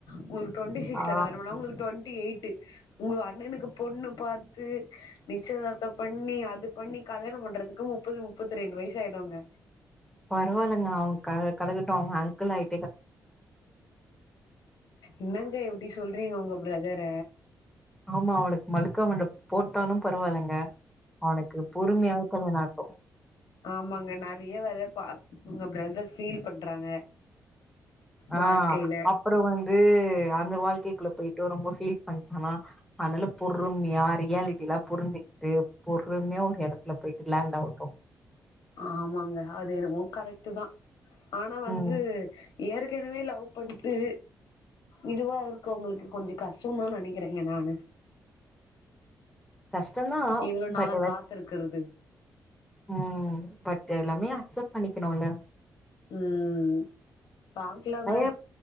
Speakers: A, on the left; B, in the centre.
A: உங்களுக் டுவண்டி சிக்ஸ்ல
B: ஆ
A: கல்யாணம் பண்ணா உங்களுக்கு டுவண்டி எய்ட்டு உங்க அண்ணனுக்கு பொண்ணு பாத்து நிச்சதார்த்த பண்ணி அது பண்ணி கல்யாணம் பண்றதுக்கு முப்பது முப்பத்தி ரெண்டு வயசு ஆய்டுங்க
B: பரவாலங்க அவ க கடக்கட்டு அவங்க அங்கிள் ஆயி
A: என்னங்க இப் டி சொல்றிங்க உங்க ப்ரதர
B: ஆமா அவனுக்கு மழுக்க மண்ட போட்டாலு பரவால்லங்க அவனுக்கு பொறுமையாவே கல்யாண ஆகட்டு
A: ஆமாங்க நெறைய வேற பா உங்க பிரதர் ஃபீல் பண்றாங்க வாழ்க்கையில
B: ஆ அப்பற வந்து அந்த வாழ்க்கைக்குள்ள போய்ட்டு ரொம்ப ஃபீல் பண்ட்டானா அதனால பொறுமையா ரியாலிட்டிலா புரிஞ்சுகிட்டு பொறுமையா ஒரு எடத்துல போயிட்டு லேண்ட் ஆகட்டு
A: ஆமாங்க அது என்னவோ கரெக்ட்டுதா ஆனா வந்து
B: ம்
A: ஏற்கனவே லவ் பண்ட்டு இதுவா இருக்கவங்களுக்கு கொஞ்ச கஷ்டமா நெனைக்கிறங்க நானு
B: கஷ்டந்தா
A: இவ்ள
B: பட்
A: நாளா
B: எல்ல
A: காத்துருக்குறது
B: ம் பட் எல்லாமே அக்செப்ட் பண்ணிக்கணுல்ல
A: ம் பாக்கலாங்க
B: நெறைய